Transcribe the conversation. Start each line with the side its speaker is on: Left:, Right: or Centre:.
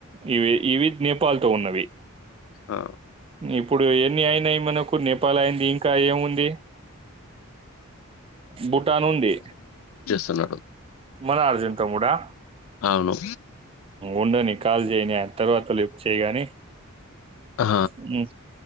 Right: ఇవి ఇవి నేపాల్ తో ఉన్నవి
Left: ఆ!
Right: ఇప్పుడు ఎన్ని అయినయ్ మనకు నేపాల్ అయింది ఇంకా ఏముంది భూటాన్ ఉంది
Left: తెలడు
Right: మన అర్జున్ తమ్ముడా
Left: అవును.
Right: ఉండని కాల్ జేయని తర్వాత లిఫ్ట్ చేయిగాని
Left: ఆ!
Right: ఉమ్